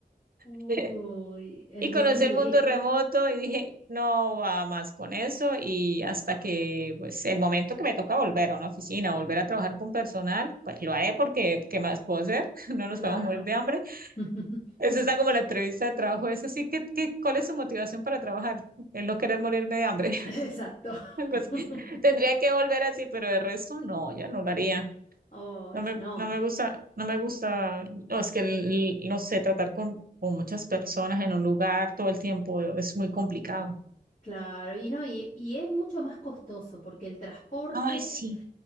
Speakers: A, on the right; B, on the left.
A: <laughs>
B: Uy, entonces
A: Y conocí el
B: dijiste,
A: mundo remoto y dije, no va más con eso. Y hasta que, pues, el momento que me toca volver a una oficina, volver a trabajar con personal, pues lo haré porque, ¿qué más puedo hacer? <laughs> No nos
B: claro.
A: podemos morir de hambre.
B: <laughs>
A: Eso está como la entrevista de trabajo. Es así que, que- ¿cuál es su motivación para trabajar? El no querer morirme de hambre. <laughs>
B: Exacto.
A: Algo así.
B: <laughs>
A: Tendría que volver así, pero de resto no, yo no lo haría.
B: Oh,
A: No me,
B: no.
A: no me gusta, no me gusta, no, es que, el- no sé, tratar con, con muchas personas en un lugar todo el tiempo es muy complicado.
B: Claro, y no, y, y es mucho más costoso porque el transporte,
A: Ay, sí.